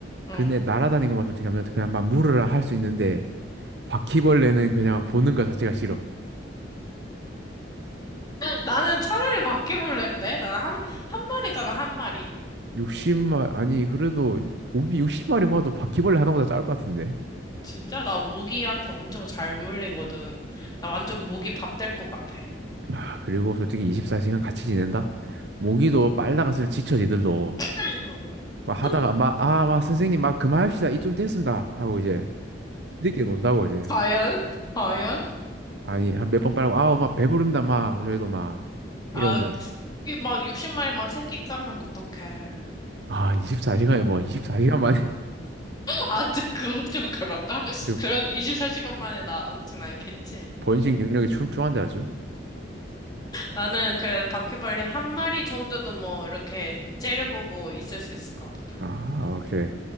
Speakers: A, on the left (about 20°); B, on the right (about 65°).
A: 응.
B: 근데 날아다니는 것만 솔직히 하면 그냥 막 물으라 할 수 있는데, 바퀴벌레는 그냥 보는 것 자체가 싫어.
A: 나는 차라리 바퀴벌레인데? 나 한, 한 마리잖아, 한 마리.
B: 60마리, 아니, 그래도 모기 60마리 모아도 바퀴벌레 하나보다 짧을 것 같은데.
A: 진짜 나 모기한테 엄청 잘 물리거든. 나 완전 모기 밥 될 것 같아.
B: 아, 그리고 솔직히 24시간 같이 지낸다? 모기도 빨다가 슬 지쳐 지들도.
A: <laughs>
B: 막 하다가 막, 아, 막 선생님 막 그만합시다. 이쯤 됐습니다. 하고 이제 지들끼리 논다고 이제.
A: 과연? 과연?
B: 아니, 한 몇 번 빨고, 아우, 막 배부릅니다. 막 저희도 막 이런
A: 아,
B: 거.
A: 이게 막 60마리 막 새끼 까면 어떡해.
B: 아, 24시간에 뭐 24시간 만에
A: 아, 좀 <laughs> 그건 좀 그런가?
B: <laughs> 저
A: 그렇 24시간 만에 나오진 않겠지.
B: 번식 능력이 출중한데 아주.
A: 나는 그래도 바퀴벌레 한 마리 정도는 뭐 이렇게 째려보고 있을 수 있을 것 같다.
B: 아, 오케이.